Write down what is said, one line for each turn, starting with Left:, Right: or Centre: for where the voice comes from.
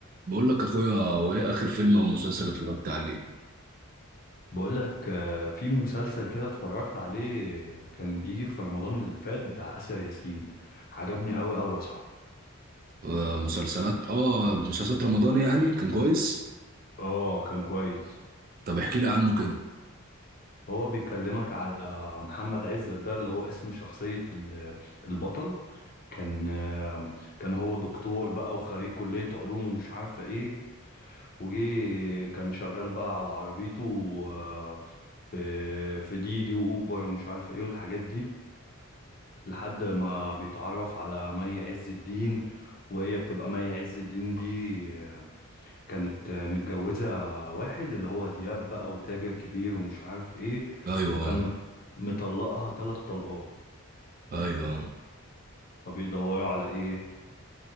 Right: بقول لك يا اخويا وايه اخر فيلم او مسلسل اتفرجت عليه
Left: بقول لك آه، في مسلسل كده اتفرجت عليه آه، كان بيجي في رمضان اللي فات بتاع آسر ياسين عجبني قوي قوي يا صاحبي
Right: آه مسلسلات اه مسلسلات رمضان يعني كان كويس
Left: اه كان كويس
Right: طب احكي لي عنه كده
Left: هو بيكلمك على محمد عزت ده اللي هو اسم شخصية ال- البطل كان آه، كان هو دكتور بقى وخريج كلية علوم ومش عارفة ايه وجي كان شغال بقى على عربيته آه، في في ديدي وأوبر ومش عارفة ايه والحاجات دي لحد ما بيتعرف على مي عز الدين وهي بتبقى مي عز الدين دي كانت متجوزة واحد اللي هو دياب بقى وتاجر كبير ومش عارف ايه
Right: ايوه
Left: وكان مت- مطلقها تلات طلقات
Right: ايوه
Left: فبيدوروا على ايه